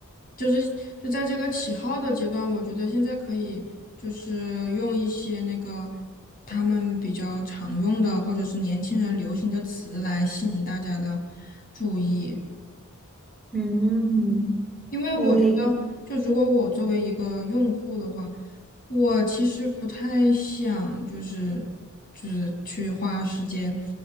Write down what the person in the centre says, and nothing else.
嗯，
可以。